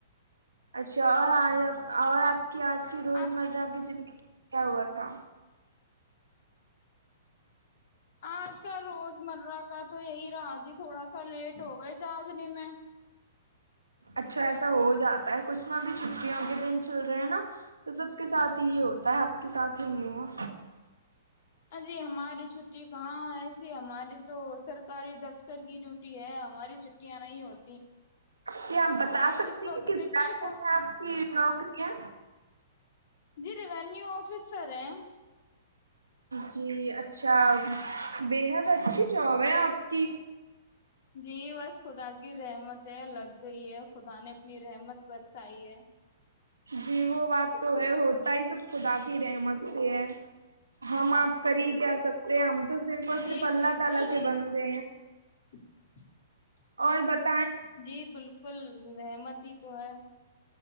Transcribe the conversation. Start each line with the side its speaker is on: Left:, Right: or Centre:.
Right: اچھا اور آپ اور آپ کی آج کی روزمرہ
Left: اب
Right: کی زندگی میں کیا ہوا تھا
Left: آج کل روزمرہ کا تو یہی رہا جی تھوڑا سا لیٹ ہو گئے جاگنے میں
Right: اچھا ایسا ہو جاتا ہے کچھ نہ بھی چ چٹیوں کے دن چل رہے ہیں نا تو سب کے سھ ہی ہوتے بت ہے آپ کے ساتھ ہی نہیں ہوا
Left: جی ہماری چھٹی کہاں ایسی ہماری تو سر سرکاری دفتر کی ڈیوٹی ہے ہماری چھٹیاں نہیں ہوتی
Right: کیا ہم پتا بتا سکتی
Left: اس وقت
Right: ہیں کس
Left: شکشک
Right: بارے میں آپ کی ن نوکری ہے
Left: جی ریوینیو آفیسر ہیں ہم
Right: جی اچھا بےحد اچھی جاب ہے آپ کی
Left: جی بس خودا گ رہے مت الگ گئی ہے خدا نے اپنی رحمت برسائی ہے
Right: جی وہ بات تو ہے ہوتا ہی سب خدا کی رحمت سے ہے ہم آپ کر ہی کہ سکتے ہم تو ہم
Left: جی
Right: صرف اللہ
Left: بالکل
Right: کے بندے ہیں۔
Left: <unintelligible>
Right: اور بت
Left: جی بالکل پ رحمتی ہی تو ہے